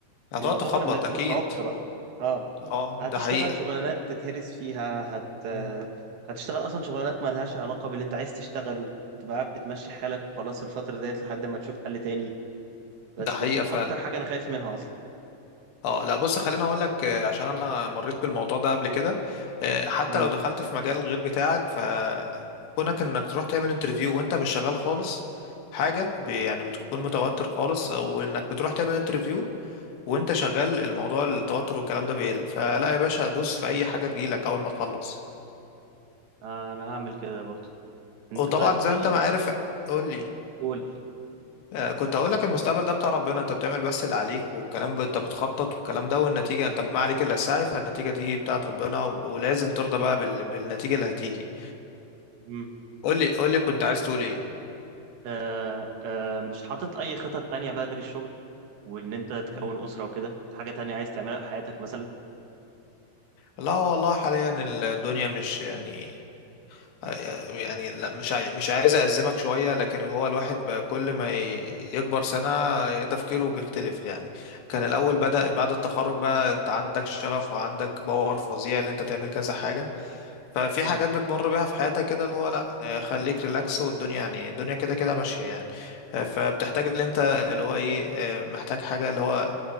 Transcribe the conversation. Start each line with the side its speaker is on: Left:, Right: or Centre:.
Left: هتقعد
Right: بيعتبر
Left: تخبط
Right: انك
Left: اكيد
Right: بتعك بقى اه
Left: اه
Right: هتشتغل
Left: ده حقيقة
Right: شغلانات تتهرس فيها هت آه،
Left: مم.
Right: هتشتغل اصلا شغلانات ما لهاش علاقه باللي انت عايز تشتغله تبقى قاعد بتمشي حالك وخلاص الفتره ديت لحد ما تشوف حل تاني بس
Left: ده حقيقة
Right: فدي
Left: فعلا
Right: اكتر حاجه انا خايف منها اصلا
Left: اه لا بص خليني اقول لك آه، عشان انا مريت بالموضوع ده قبل كده آه، حتى
Right: مم.
Left: لو دخلت في مجال غير بتاعك فكونك انك تروح تعمل انترفيو وانت مش شغال خالص حاجة ب- يعني بتكون متوتر خالص او انك بتروح تعمل انترفيو وانت شغال الموضوع التوتر والكلام ده بيقل فلا يا باشا دوس في اي حاجة تجيلك اول ما تخلص
Right: انا هعمل كده برضو انت
Left: وطبعا
Right: طيب قول
Left: زي انت
Right: لي
Left: ما عارف قول لي
Right: قول
Left: آه، كنت هقول لك المستقبل ده بتاع ربنا انت بتعمل بس اللي عليك والكلام ب- انت بتخطط والكلام ده والنتيجة انت ما عليك الا السعي فالنتيجة دي بتاعت ربنا و- ولازم ترضى بقى بال... بالنتيجة اللي هتيجي
Right: امم
Left: قول لي قول لي كنت عايز تقول ايه
Right: آه آه مش حاطط اي خطط تانية بقى غير الشغل وان انت تكون
Left: مم.
Right: اسرة وكده حاجة تانية عايز تعملها في حياتك مثلا
Left: لا والله حاليا الدنيا مش يعني آه، يعني لا مش عاي... مش عايز أأزمك شوية لكن هو الواحد بقى كل ما ي- يكبر سنة تفكيره بيختلف يعني كان الأول
Right: ايوه
Left: بدأ بعد التخرج بقى أنت عندك شغف وعندك باور فظيع إن أنت تعمل كذا حاجة ففي
Right: مم.
Left: حاجات بتمر بيها في حياتك كده اللي هو لا آه، خليك ريلاكس والدنيا يعني الدنيا كده كده ماشية يعني آه، فبتحتاج اللي انت اللي هو ايه آه، محتاج حاجة اللي هو